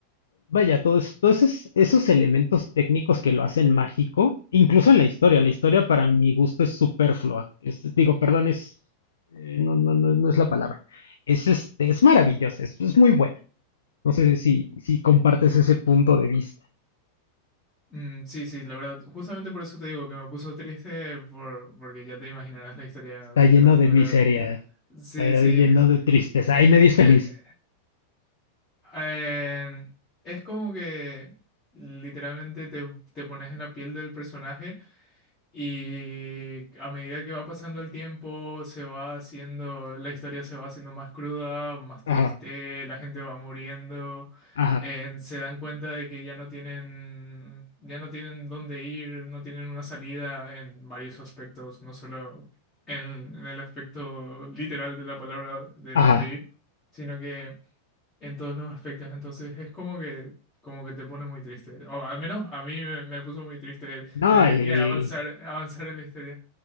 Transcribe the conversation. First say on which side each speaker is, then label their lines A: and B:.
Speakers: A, on the left; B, on the left.
A: Vaya, todos, todos esos, esos elementos técnicos que lo hacen mágico, incluso en la historia, la historia para mi gusto es superflua. Es- digo, perdón, es, eh, no, no, no, no es la palabra. Es este, es maravillosa, es, es muy buena. No sé si, si compartes ese punto de vista.
B: Mm, sí, sí, la verdad. Justamente por eso te digo que me puso triste por, porque ya te imaginarás la historia
A: Está
B: detrás,
A: lleno de
B: ¿verdad?
A: miseria,
B: Sí,
A: está
B: sí.
A: lleno
B: sí.
A: de tristeza.
B: Eh,
A: Ay, nadie es
B: eh,
A: feliz.
B: eh, es como que literalmente te, te pones en la piel del personaje Y a medida que va pasando el tiempo, se va haciendo, la historia se va haciendo más cruda, más triste,
A: Ajá,
B: la gente va muriendo,
A: ajá,
B: eh, se dan cuenta de que ya no tienen, ya no tienen dónde ir, no tienen una salida en varios aspectos, no solo en, en el aspecto literal de la palabra de
A: ajá.
B: dónde ir, sino que en todos los aspectos. Entonces es como que, como que te pone muy triste. O al menos a mí me, me puso muy triste
A: No,
B: tener
A: y,
B: que avanzar, avanzar en la historia.